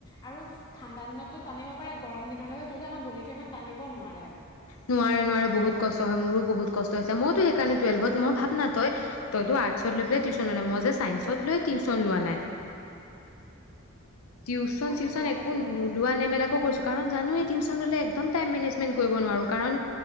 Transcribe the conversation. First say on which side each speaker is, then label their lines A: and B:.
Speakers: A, on the left; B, on the left.
A: আৰু ঠাণ্ডা দিনতটো টানিব পাৰে গৰম দিন তোৰ যে আমাৰ বডীতটো ইমান টানিব নোৱাৰে
B: নোৱাৰে নোৱাৰে বহুত কষ্ট হয়। মোৰো বহুত কষ্ট হৈছে। মই টো সেই কাৰণে টোৱেলভত মই ভাব না তই টো আৰ্টছ ত লৈ পেলাই মই টো চাইন্স ত লৈ ও তিউতছন লোৱা নাই। টিউচন
A: এ
B: চিউচন
A: নোৱাৰে
B: একো
A: গ
B: নোলোৱা নেমেলাকো কৰিছো কাৰণ জানোৱ এই টিউশচন হলে একদম। মেজমেন কৰিব নোৱাৰো কাৰণ